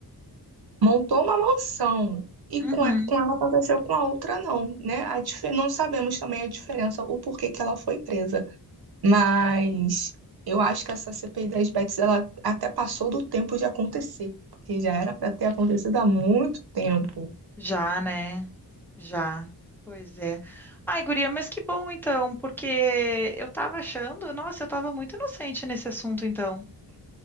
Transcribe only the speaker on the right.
montou uma mansão. E
com e- com ela aconteceu, com a outra não, né? A dife- Não sabemos também a diferença, o porquê que ela foi presa. Mas eu acho que essa CPI das bets ela até passou do tempo de acontecer, porque já era para ter acontecido há muito tempo.